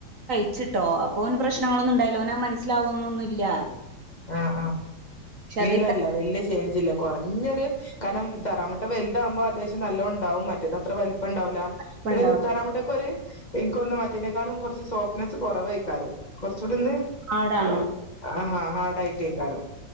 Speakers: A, on the right; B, on the left.
A: ച്ചിട്ടോ അ ഓന് പ്രശ്നങ്ങളൊന്നു ണ്ടായ്ല ഓന മൻ സ്സിലാവൊന്നൊന്നുല്ല
B: ആഹ് ആഹ് ഇല്ലല്ല
A: അത്
B: വല്ല്യ ചേഞ്ചില്ല കൊർഞ്ഞൊര് കാരണം തറാമുട്ട വൽതാവുമ്പോ അത്യാശ്യം നല്ലൊണ്ടാവും മറ്റത ത്ര വൽപ്പം ണ്ടാവുല
A: കയ്പ്പുണ്ടാവും.
B: പിന്നെ താറാമുട്ടക്കൊര് എൻക്കോന്ന് മറ്റേനേക്കാളും കൊർച്ച് സോഫ്റ്റ്നെസ്സ് കുറവെയ്ക്കാരം കൊർ ചൂട്ണ്ട്
A: പാടാണോ?
B: അ ആ അയ്ട്ടെയ്ക്കാരം